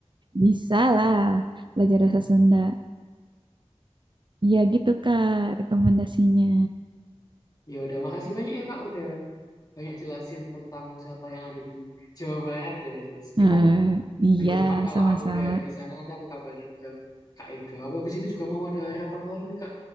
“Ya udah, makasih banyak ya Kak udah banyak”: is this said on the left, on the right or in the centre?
Left